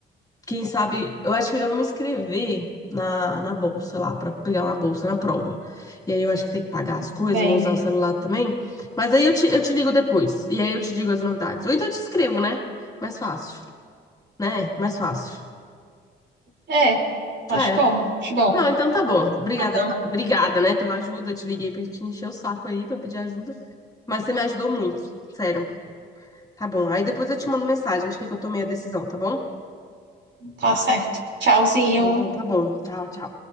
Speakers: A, on the left; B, on the right.
A: Quem sabe, eu acho que eu já vou me inscrever na, na bolsa lá, pra pegar uma bolsa na prova. E aí eu acho que tem que pagar as coisas,
B: tudo bem.
A: vou usar o celular também. Mas aí eu te, eu te ligo depois. E aí eu te digo as novidades. Ou então eu te escrevo, né? Mais fácil, né? Mais fácil.
B: É, acho
A: É,
B: bom, acho bom.
A: Não, então tá bom. Obrigada,
B: Então,
A: obrigada, né, pela ajuda. Te liguei pra te encher o saco aí, pra pedir ajuda. Mas você me ajudou muito, sério. Tá bom. Aí depois eu te mando mensagem de que que eu tomei a decisão, tá bom?
B: Tá certo. Tchauzinho.
A: Então tá bom. Tchau, tchau.